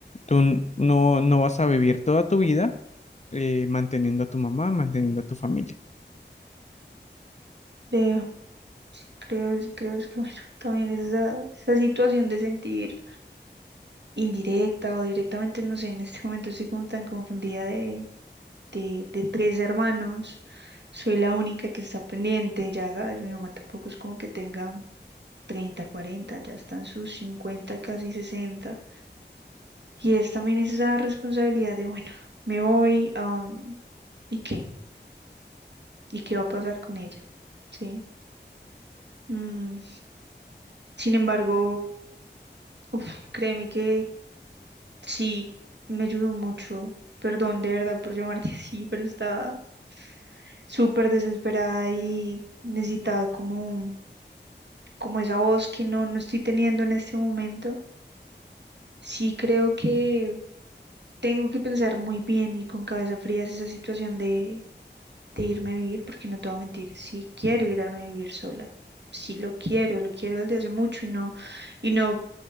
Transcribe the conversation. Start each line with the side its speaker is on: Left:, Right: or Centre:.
Left: tú n- no, no vas a vivir toda tu vida eh, manteniendo a tu mamá, manteniendo a tu familia.
Right: Veo, creo, creo es que, <laughs> bueno, también esa, esa situación de sentir indirecta o directamente, no sé, en este momento estoy como tan confundida de, de, de tres hermanos, soy la única que está pendiente, ya sabes, mi mamá tampoco es como que tenga treinta cuarenta ya están sus cincuenta casi sesenta y es también esa responsabilidad de, bueno, me voy, am, ¿y qué? y qué va a pasar con ella, ¿sí? Mm, sin embargo, uf, créeme que sí me ayudó mucho. Perdón de verdad por llamarte <laughs> así, pero estaba súper desesperada y necesitaba como, un- como esa voz que no, no estoy teniendo en este momento. Sí creo que tengo que pensar muy bien y con cabeza fría es esa situación de, de irme a vivir, porque no te voy a mentir, sí quiero irme a vivir sola, sí lo quiero, lo quiero desde hace mucho y no, y no,